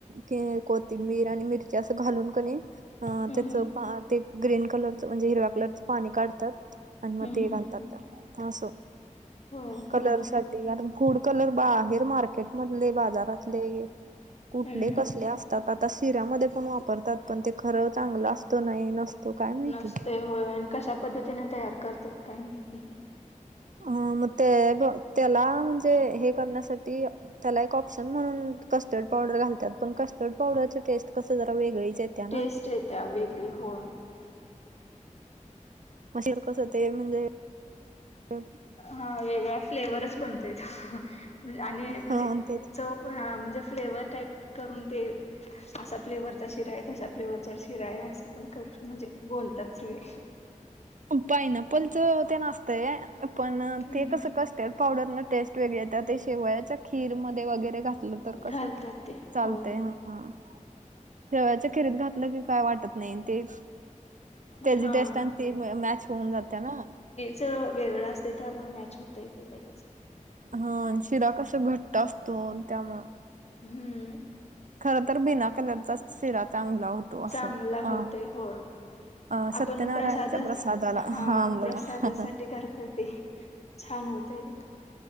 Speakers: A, on the right; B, on the left.
A: क कोथिंबीर आणि मिरची असं घालून कनी. अ
B: हम्म
A: त्याचं
B: हम्म
A: पा ते ग्रीन कलरच म्हणजे हिरव्या कलरचं पाणी काढतात. आणि मग
B: हम्म
A: ते
B: हम्म
A: घालतात ह असो
B: होय
A: कलरसा
B: हा हा.
A: कारण फूड कलर बाहेर मार्केट मधले बाजारातले कुठले
B: हम्म हम्म.
A: कसले आता शिऱ्यामध्ये पण वापरतात पण ते खरं चांगलं असतं नाही. काय माहिती
B: नसते होय आणि कशा पद्धतीने तयार करतात काय माहिती.
A: अ मग ते त्याला म्हणजे हे करण्यासाठी त्याला एक ऑप्शन म्हणुन कस्टर्ड पावडर घालतात पण कस्टर्ड पावडरच टेस्ट कसं जरा वेगळीच ना
B: टेस्ट येत्या वेगळी होय.
A: मशीर कस ते म्हणजे <inaudible>
B: हा वेगळा फ्लेवरच बनतो इथं आणि म्हणजे
A: हा तेच
B: चव म्हणजे फ्लेवर टावईप करून ते असं फ्लेवरचा शिरा आहे तसा फ्लेवरचा शिरा आहे असं पण कर म्हणजे बोलतात सगळे
A: पायनापल च ते असतंय पण
B: हम्म,
A: ते
B: हम्म.
A: कसं करत्यात पावडर न टेस्ट वेगळे येत ते शेवयाच्या खीरमध्ये वगैरे घातली तर कसं
B: घालतात ते
A: चालतय
B: हो
A: ह ह शेवयाच्या खीरीत घातलं की काय वाटत नाही ते त्याची
B: हा.
A: टेस्ट आणि ती मॅच होऊन जाते ना.
B: च वेगळं असते त्यामुळे मॅच होत ते लगेच
A: हा शिरा कस घट्ट असतो त्यामुळं
B: हम्म.
A: खर तर बिना कलरचा शिरा चांगला होतो. असं
B: चांगला होतोय
A: अ
B: होय
A: अ सत्यनारायणच्या
B: आपण प्रसाद
A: प्रसादाला
B: हा प्रसादासाठी
A: बघा
B: करतो ते छान होते ते